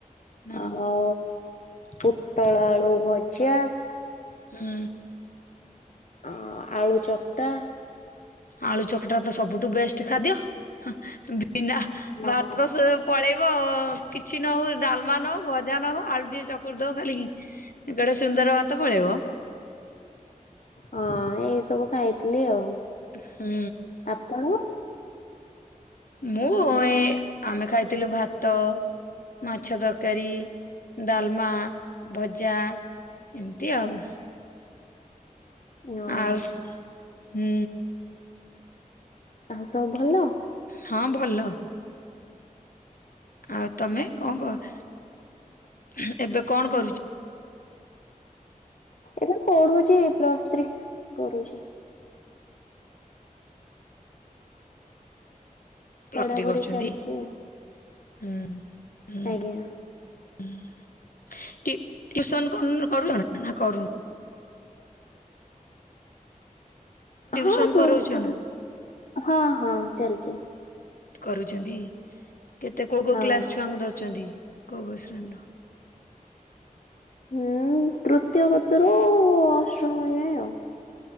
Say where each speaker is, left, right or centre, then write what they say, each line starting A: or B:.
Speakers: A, on the left; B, on the left.
A: ହୁଁ
B: ଆ ଓ ପୋଟଳ ଆଳୁ ଭଜା
A: ହୁଁ।
B: ଆ ଆଳୁ ଚକ୍ଟା।
A: ଆଳୁ ଚକଟାତ ସବୁଠୁ ବେଷ୍ଟେ ଖାଦ୍ୟ ହଁ ବିନା
B: ହଁ
A: ଭାତ ସବୁ ପଳେଇବ କିଛି ନହୋଉ ଡ଼ାଲମା ନହୋଉ ଭଜା ନହୋଉ ଆଳୁ ଟିକେ ଚକୁଡ଼ି ଦବ ଖାଲିକି ଏଇ ଗଡ଼େ ସୁନ୍ଦର ଭାତ ପଳେଇବ।
B: ହଁ ଏଇ ସବୁ ଖାଇଥିଲି ଆଉ।
A: ହୁଁ।
B: କଣ?
A: ମୁଁ ଏଁ ଆମେ ଖାଇଥିଲୁ ଭାତ ମାଛ ତରକାରୀ ଡ଼ାଲମା ଭଜା ଏମିତି ଆଉ।
B: ହଁ
A: ଆଉସ୍ ହୁଁ।
B: ଆଉ ସବୁ ଭଲ?
A: ହଁ ଭଲ। ଆଉ ତମେ କଣ କ ଏବେ କଣ କରୁଚ?
B: ଏବେ ପଢୁଛି ଏ ପ୍ଲସ୍ ଥ୍ରୀ କରୁଚି। ପଢାପଢି
A: ପ୍ଲସ୍ ଥ୍ରୀ କରୁଛନ୍ତି
B: ଚାଲିଛି
A: ହୁଁ। ହୁଁ
B: ଆଜ୍ଞା
A: ଟି ଟ୍ୟୁସନ କରୁନୁ କରୁନ ନା କଣ ନା କରୁନୁ ଟିଉସନ
B: ହଁ ହଁ ଟିଉସନହଁ
A: କରଉଛ ନା
B: ହଁ ଚାଲିଛି
A: କରୁଛନ୍ତି କେତେ କୋଉ କୋଉ
B: ହଁ।
A: କ୍ଲାସ ଛୁଆଙ୍କୁ ଧରିଛନ୍ତି କୋଉ କୋଉ ଶ୍ରେଣୀର?
B: ହୁଁ ତୃତୀୟ କତିରୁ ଅଷ୍ଟମ ଯାଏ ଆଉ